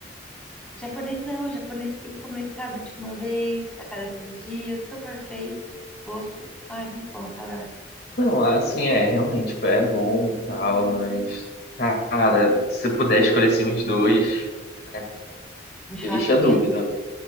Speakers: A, in the centre; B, on the left (about 55°).
A: Japonês não, japonês tem que comer, sabe, tipo uma vez a cada 15 dias. Tô perfeito. Gosto. Ai, muito bom, saudades.
B: Não, assim, é, realmente, tipo, é bom e tal, mas, cara, se puder escolher assim os dois, é,
A: Um churrasquinho.
B: deixa a dúvida.